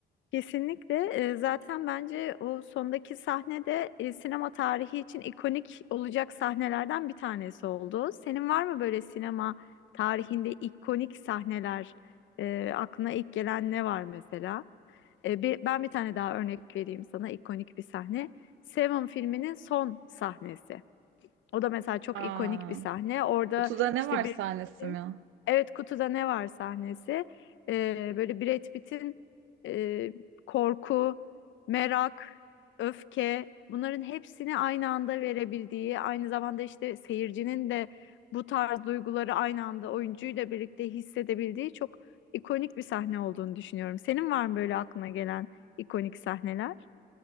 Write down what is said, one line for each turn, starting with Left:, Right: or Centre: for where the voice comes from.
Left: kesinlikle. Ee, zaten bence o sondaki sahne de e, sinema tarihi için ikonik olacak sahnelerden bir tanesi oldu. Senin var mı böyle sinema tarihinde ikonik sahneler? Ee, aklına ilk gelen ne var mesela? Ee, bir, ben bir tane daha örnek vereyim sana ikonik bir sahne. Seven filminin son sahnesi. O da mesela çok
Right: Aa,
Left: ikonik bir sahne. Orada
Right: kutuda ne
Left: işte
Right: var
Left: Brad
Right: sahnesi
Left: Pitt'in
Right: mi?
Left: evet kutuda ne var sahnesi. Ee, böyle Brad Pitt'in e, korku, merak, öfke bunların hepsini aynı anda verebildiği, aynı zamanda işte seyircinin de bu tarz duyguları aynı anda oyuncuyla birlikte hissedebildiği çok ikonik bir sahne olduğunu düşünüyorum. Senin var mı böyle aklına gelen ikonik sahneler?